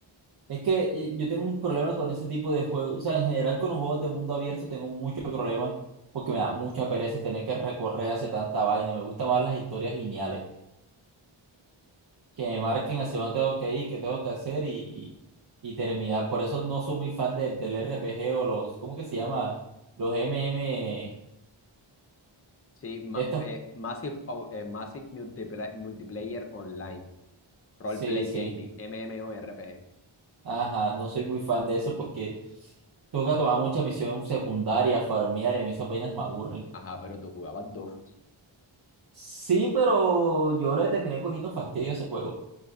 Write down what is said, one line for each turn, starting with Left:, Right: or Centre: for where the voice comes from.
Right: Es que eh, yo tengo un problema con ese tipo de juegos. O sea, en general con los juegos de mundo abierto tengo muchos problemas porque me da mucha pereza tener que recorrer hacia tanta vaina. Me gustan más las historias lineales. que me marquen hacia dónde tengo que ir, qué tengo que hacer y, y, y terminar. Por eso no soy muy fan del, del RPG o los, ¿cómo que se llama? Los MM,
Left: Sí, ma-
Right: estos,
Left: eh, Massive, o- eh, Massive Multipla- Multiplayer Online, Roleplay
Right: sí, sí,
Left: Gaming, MMORPG.
Right: ajá, no soy muy fan de eso porque toca tomar mucha misión secundaria, farmear y a mí esas vainas me aburren.
Left: Ajá, pero tú jugabas Dofus.
Right: Sí, pero yo le terminé cogiendo fastidio a ese juego.